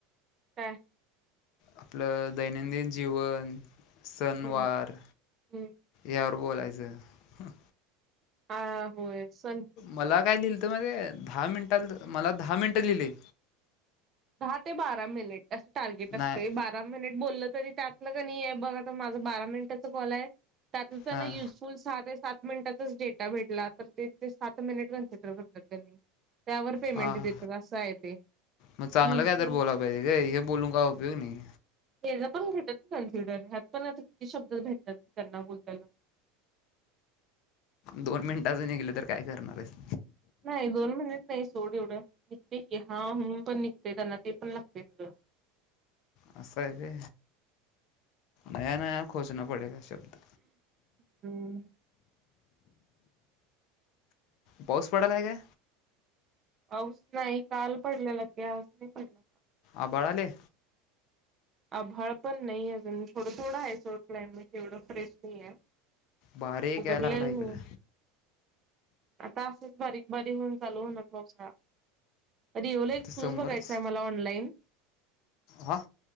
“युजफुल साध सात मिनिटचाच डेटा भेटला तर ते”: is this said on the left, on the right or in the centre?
Right